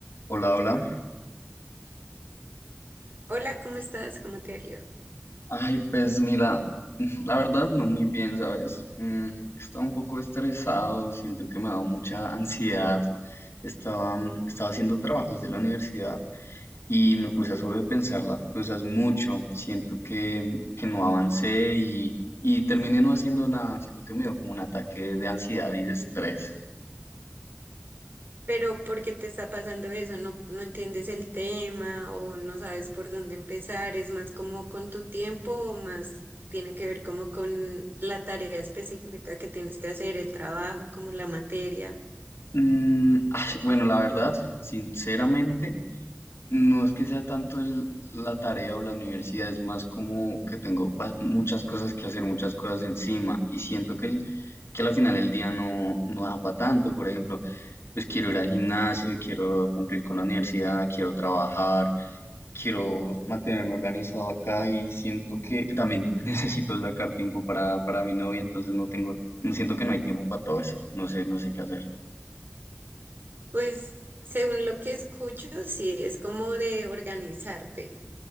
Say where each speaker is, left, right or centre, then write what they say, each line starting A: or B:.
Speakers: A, on the left (about 85°); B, on the right (about 55°).
A: Hola, hola.
B: Hola, ¿cómo estás? ¿Cómo te ha ido?
A: Ay, pues mira, <laughs> la verdad no muy bien, ¿sabes? Mm, estaba un poco estresado, siento que me ha dado mucha ansiedad. Estaba, estaba haciendo trabajos de la universidad y me puse a sobrepensar las cosas mucho. Siento que, que no avancé y, y terminé no haciendo nada. Siento que me dio como un ataque de ansiedad y de estrés.
B: Pero ¿por qué te está pasando eso? No, no entiendes el tema o no sabes por dónde empezar. ¿Es más como con tu tiempo o más tiene que ver como con la tarea específica que tienes que hacer, el trabajo, como la materia?
A: Mm, <sighs> bueno, la verdad, sinceramente. No es que sea tanto el- la tarea o la universidad, es más como que tengo ba- muchas cosas que hacer, muchas cosas encima y siento que, el, que al final el día no, no da para tanto. Por ejemplo, pues quiero ir al gimnasio, quiero cumplir con la universidad, quiero trabajar, quiero mantenerme organizado acá y siento que también <laughs> necesito sacar tiempo para, para mi novia, entonces no tengo, no siento que no hay tiempo para todo eso, no sé, no sé qué hacer.
B: Pues según lo que escucho, sí, es como de organizarte.